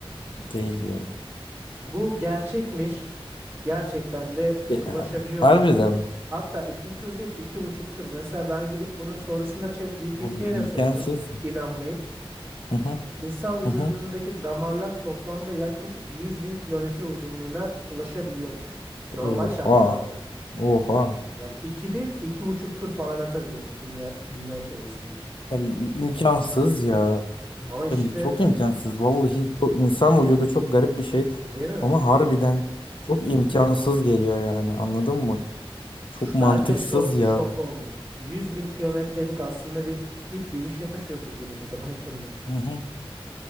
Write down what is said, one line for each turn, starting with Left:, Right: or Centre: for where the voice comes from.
Left: Değil diyorum.
Right: Bu gerçekmiş. Gerçekten de
Left: Ya,
Right: dolaşabiliyormuş.
Left: harbiden mi?
Right: Hatta iki tur değil iki buçuk tur. Mesela ben gidip bunu sonrasında ChatGPT'ye
Left: Abi imkansız.
Right: de sordum inanmayıp.
Left: Hı hı,
Right: İnsan vücudundaki
Left: hı hı.
Right: damarlar toplamda yaklaşık 100 bin kilometre uzunluğuna ulaşabiliyormuş. Normal
Left: Oha.
Right: şartlarda.
Left: Oha.
Right: Yani iki değil iki buçuk tur falan atabiliyormuş dünya dünya çevresinde.
Left: Abi im- imkansız ya.
Right: Ama işte
Left: Yani çok imkansız. Vallahi çok, insan vücudu çok garip bir şey.
Right: değil mi?
Left: Ama harbiden çok imkansız geliyor yani. Anladın
Right: Ya
Left: mı? Çok
Right: Ş-
Left: mantıksız
Right: Ben de şok
Left: ya.
Right: şok oldum. 100 bin kilometrelik aslında bir ip gibi bir şey taşıyoruz vücudumuza <laughs> baktığında.
Left: Hı hı.